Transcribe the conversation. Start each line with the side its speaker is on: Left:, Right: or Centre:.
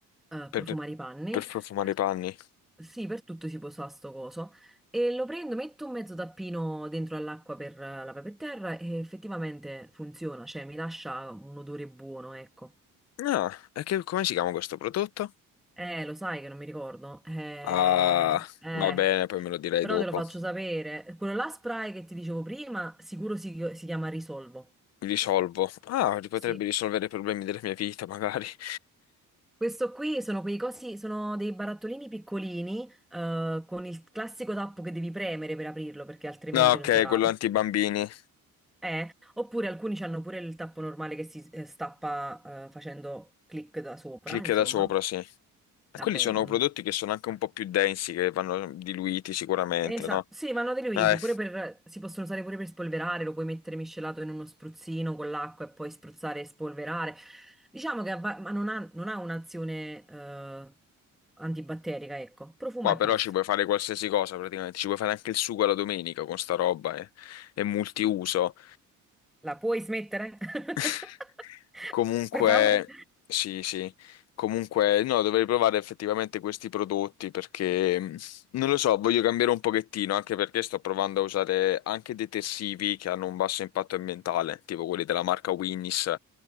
Centre: eh,
Left: per
Centre: profumare i panni.
Left: per profumare
Centre: Per-
Left: i panni.
Centre: sì, per tutto si può usare sto coso. E lo prendo, metto un mezzo tappino dentro all'acqua per eh, la per terra e effettivamente funziona, cioè mi lascia un odore buono, ecco.
Left: No, e che- come si chiama questo prodotto?
Centre: Eh, lo sai che non mi ricordo. Eh,
Left: Ah,
Centre: eh,
Left: va bene, poi me lo direi
Centre: però
Left: dopo.
Centre: te lo faccio sapere. Quello là spray che ti dicevo prima, sicuro si, si chiama Risolvo.
Left: Risolvo. Ah, li potrebbe
Centre: Sì.
Left: risolvere i problemi della mia vita, magari. <laughs>
Centre: Questo qui sono quei cosi, sono dei barattolini piccolini, eh, con il classico tappo che devi premere per aprirlo, perché altrimenti
Left: No, ok,
Centre: non sarà.
Left: quello anti-bambini.
Centre: Eh, oppure alcuni hanno pure il tappo normale che si eh, stappa eh, facendo clic da sopra,
Left: Clicca
Centre: insomma.
Left: da sopra, sì. E
Centre: Vabbè,
Left: Quelli sono
Centre: non...
Left: prodotti che sono anche un po' più densi, che vanno diluiti sicuramente,
Centre: Esa-
Left: no?
Centre: sì, vanno diluiti,
Left: Eh,
Centre: pure per... si possono usare pure per spolverare, lo puoi mettere miscelato in uno spruzzino con l'acqua e poi spruzzare e spolverare. Diciamo che avva- ma non ha, non ha un'azione eh, antibatterica, ecco. Profuma
Left: qua
Centre: e
Left: però
Centre: basta.
Left: ci puoi fare qualsiasi cosa praticamente, ci puoi fare anche il sugo alla domenica con sta roba, eh. È multiuso.
Centre: La puoi smettere? <laughs>
Left: <laughs> Comunque,
Centre: Per favore.
Left: sì, sì, comunque, no, dovrei provare effettivamente questi prodotti perché, mh, non lo so, voglio cambiare un pochettino, anche perché sto provando a usare anche detersivi che hanno un basso impatto ambientale, tipo quelli della marca Winnis,